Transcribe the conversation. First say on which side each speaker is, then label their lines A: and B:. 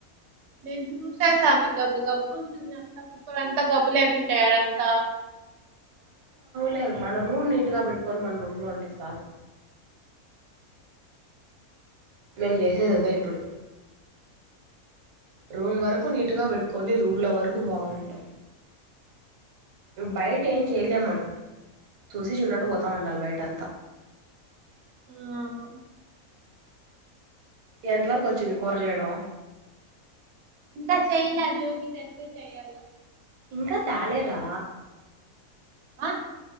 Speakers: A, on the right; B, on the right.
A: నేను చూసా సామి గబ్బు గబ్బు ఉంటుంది అంత కుక్కలని అంత గబ్బు లేపింటాయి ఆడంత
B: లేరు మన రూమ్ నీట్ గా పెట్టుకొని మన రూమ్ లో ఉంటే సాలు మేము చేసేదదే ఇప్పుడు రూమ్ వరకు నీటిగా పెట్టుకొని రూంలో వరకు బాగుంటాం బయట ఏం చేయలేం మనం చూసి చుడనట్టు పో బాండాలి బయట అంతా
A: ఆ
B: ఎంతవరకు వచ్చింది కూర జేయడం
A: ఇంకా చెయలే జోకీ తెస్తే చెయ్యాలే.
B: ఇంకా తాలేదా.
A: ఆ